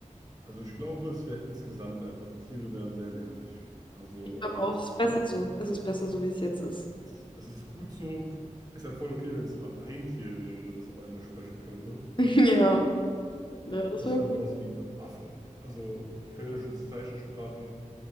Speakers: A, on the right; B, on the left.
A: also ich glaube, es wäre insgesamt einfach, Tiere wären sehr nervig. Also
B: ich glaube
A: alle
B: auch,
A: insgesamt.
B: es ist besser so. Es ist besser so, wie es jetzt ist.
A: ist, das ist gut so. Es wäre voll okay, wenn es nur ein Tier wäre, das auf einmal sprechen könnte.
B: <laughs> Ja, ja, das
A: Das
B: wäre
A: wäre sowas wie ein Affe. Also, die können ja schon Zeichensprache.